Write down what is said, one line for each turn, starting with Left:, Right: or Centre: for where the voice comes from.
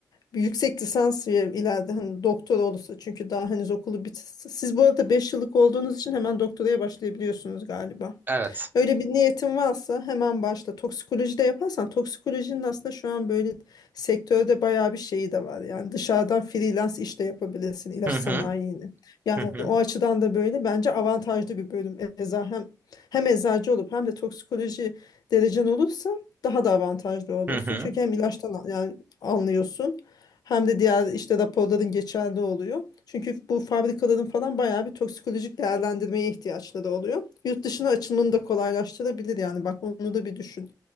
Left: bir yüksek lisans ve ileride hani doktora olursa çünkü daha henüz okulu bit. Siz bu arada 5 yıllık olduğunuz için hemen doktoraya başlayabiliyorsunuz galiba.
Right: Evet.
Left: Öyle bir niyetin varsa hemen başla. Toksikoloji de yaparsan toksikolojinin aslında şu an böyle sektörde bayağı bir şeyi de var. Yani dışarıdan freelance iş de yapabilirsin ilaç
Right: Hı
Left: sanayini.
Right: hı,
Left: Yani
Right: hı hı,
Left: o açıdan da böyle bence avantajlı bir bölüm. Eza hem hem eczacı olup hem de toksikoloji derecen olursa daha da avantajlı olursun.
Right: hı hı.
Left: Çünkü hem ilaçtan a- yani anlıyorsun. Hem de diğer işte raporların geçerli oluyor. Çünkü bu fabrikaların falan bayağı bir toksikolojik değerlendirmeye ihtiyaçları oluyor. Yurt dışına açılmanı da kolaylaştırabilir yani bak onu da bir düşün.